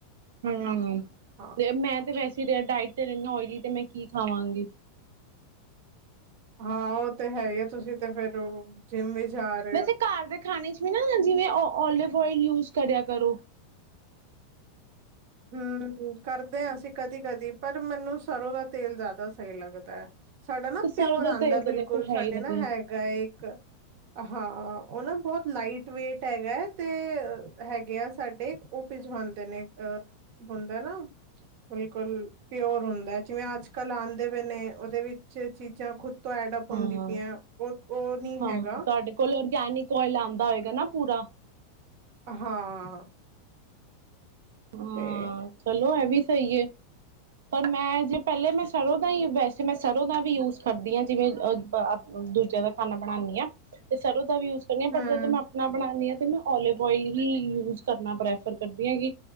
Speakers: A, on the right; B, on the right.
A: ਹੂੰ
B: ਹਾਂ
A: ਮੈਂ ਤੇ ਵੈਸੇ ਡਾਇਟ ਤੇ ਰਹਿੰਨੀ ਓਇਲੀ ਤੇ ਮੈਂ ਕੀ ਖਾਵਾਂਗੀ।
B: ਹਾਂ, ਉਹ ਤੇ ਹੈ ਹੀ ਹੈ, ਤੁਸੀਂ ਤੇ ਫੇਰ ਉਹ <unintelligible>
A: ਵੈਸੇ ਘਰ ਦੇ ਖਾਣੇ ਚ ਵੀ ਨਾ, ਜਿਵੇਂ ਓਲਿਵ- ਓਇਲ ਯੂਸ ਕਰਿਆ ਕਰੋ।
B: ਹੂੰ ਕਰਦੇ ਹਾਂ, ਅਸੀਂ ਕਦੀ- ਕਦੀ, ਪਰ ਮੈਨੂੰ ਸਰ੍ਹੋਂ ਦਾ ਤੇਲ ਜ਼ਿਆਦਾ ਸਹੀ ਲੱਗਦਾ ਹੈ। ਸਾਡਾ ਨਾ,
A: ਤੇ ਸਰੋਂ
B: ਪਿਓਰ
A: ਦਾ
B: ਆਉਂਦਾ,
A: ਤੇਲ ਤਾਂ
B: ਬਿਲਕੁਲ
A: ਦੇਖੋ
B: ਸਾਡੇ
A: ਹੈ ਹੀ ਵਧੀਆ
B: ਨਾ ਹੈ ਹੈ ਇੱਕ, ਹਾਂ, ਉਹ ਨਾ, ਬਹੁਤ ਲਾਈਟ ਵੇਟ ਹੈਗਾ। ਤੇ ਹੈਗੇ ਆ, ਸਾਡੇ ਉਹ ਭਿਜਵਾਉਂਦੇ ਨੇ ਅਹ, ਹੁੰਦਾ ਨਾ ਬਿਲਕੁਲ ਪਿਓਰ ਹੁੰਦਾ ਹੈ। ਜਿਵੇਂ ਅੱਜ -ਕੱਲ੍ਹ ਆਉਂਦੇ ਪਏ ਨੇ, ਉਹਦੇ ਵਿੱਚ ਚੀਜ਼ਾਂ ਖੁਦ ਤੋਂ ਐਡਾ ਪੋੰਦੀ
A: ਹਾਂ
B: ਪਈਆਂ। ਉਹ ਉਹ ਨੀਂ
A: ਹਾਂ
B: ਹੈਗਾ।
A: ਤੁਹਾਡੇ ਕੋਲ ਔਰਗੈਨਿਕ ਓਇਲ ਆਉਂਦਾ, ਹੋਏਗਾ ਨਾ ਪੂਰਾ।
B: ਹਾਂ।
A: ਹਮ,
B: ਤੇ
A: ਚਲੋ ਇਹ ਵੀ ਸਹੀ ਹੈ। ਪਰ ਮੈਂ ਜੇ, ਪਹਿਲੇ ਮੈਂ ਸਰ੍ਹੋਂ ਦਾ ਹੀ, ਵੈਸੇ ਮੈਂ ਸਰੋਂ ਦਾ ਵੀ ਯੂਸ ਸਰਦੀਆਂ ਚ ਜਿਵੇਂ, ਅ ਦੂਜਿਆਂ ਦਾ ਖਾਨਾ ਬਣਾਉਂਦੀ ਹਾਂ। ਤੇ ਸਰ੍ਹੋਂ ਦਾ ਵੀ ਯੂਸ ਕਰਨੀ ਆਂ, ਪਰ
B: ਹਮ
A: ਜਦੋਂ ਮੈਂ ਆਪਣਾ ਬਣਾਉਂਦੀ ਹਾਂ। ਤੇ, ਮੈਂ ਓਲਿਵ- ਓਇਲ ਹੀ ਯੂਜ਼ ਕਰਨਾ, ਪ੍ਰੈਫਰ ਕਰਦੀ ਹਾਂ। ਕਿ